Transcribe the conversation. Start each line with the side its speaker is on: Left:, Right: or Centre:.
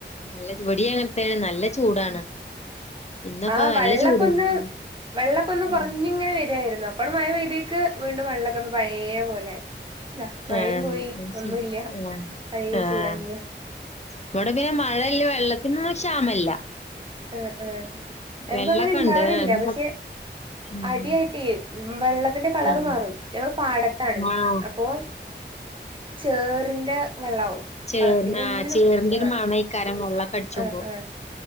Left: നല്ല ഇവിടെയും അങ്ങനെ നല്ല ചൂടാണ്
Right: ഉം
Left: ഇന്നിപ്പോ
Right: ആ
Left: നല്ല
Right: വള്ളക്കൊന്ന്
Left: ചൂടായിരുന്നു
Right: വെള്ളക്കൊന്ന് കുറഞ്ഞിങ്ങനെ
Left: ഉം
Right: വരിയായിരുന്നു. അപ്പാ ണ്ട് മഴ പെയ്ത് ക്ക് വീണ്ടും വെള്ളക്കെ ഒന്ന് പയേ പോലെ ദാ മഴയും
Left: ആ
Right: പോയി
Left: ശരി
Right: ഒന്നുല്ല
Left: ആ
Right: ഈ
Left: ആഹ
Right: ചൂടഞ്ഞ
Left: ഇവിടെ പിന്നെ മഴല്ല വെള്ളത്തി നൊന്നും ക്ഷാമല്ല
Right: എ ഏ എൻക്കും
Left: വെള്ളൊക്കെ
Right: അങ്ങനെ ഇണ്ടാവാറില്ല
Left: ഉണ്ട് ആഹ് ഇനിയിപ്പോ
Right: പക്ഷെ
Left: ഉം
Right: അടിയായിട്ട് വള്ള അതിന്റെ കളർ
Left: ആഹ്
Right: മാറും ഞങ്ങൾ പാടത്താണ്
Left: ആഹ്
Right: അപ്പോ ചേറിന്റെ വെള്ളാവും
Left: ചേർനാ
Right: കള പിന്നെ ഒന്നിനും
Left: ചേർന്റൊര്
Right: ആഹ്
Left: മണയ്കാരം വെള്ള കടിച്ചൊബോ
Right: ആഹ് ആഹ്